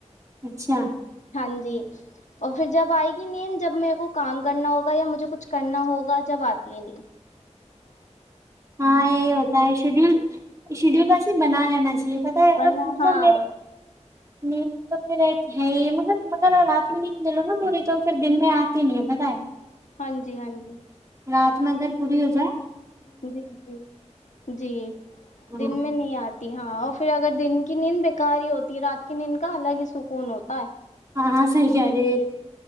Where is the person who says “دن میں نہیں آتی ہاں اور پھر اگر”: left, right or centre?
Left